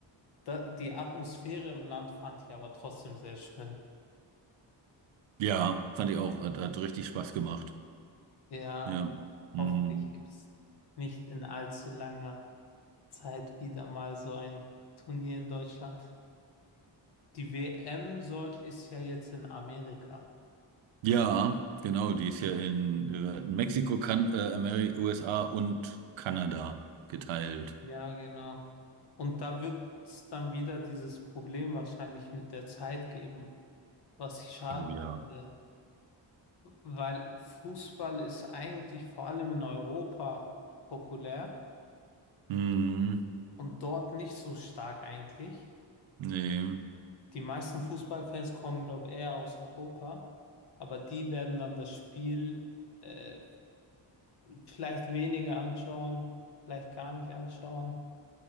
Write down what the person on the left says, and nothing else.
Da, die Atmosphäre im Land fand ich aber trotzdem sehr schön.
Ja,
hoffentlich gibt es nicht in allzu langer Zeit wieder mal so ein Turnier in Deutschland. Die WM soll, ist ja jetzt in Amerika.
Ja, genau. Und da wird es dann wieder dieses Problem wahrscheinlich mit der Zeit geben, was ich schade
finde, weil Fußball ist eigentlich vor allem in Europa populär
und dort nicht so stark eigentlich.
Die meisten Fußballfans kommen, glaube ich, eher aus Europa, aber die werden dann das Spiel äh, vielleicht weniger anschauen, vielleicht gar nicht anschauen.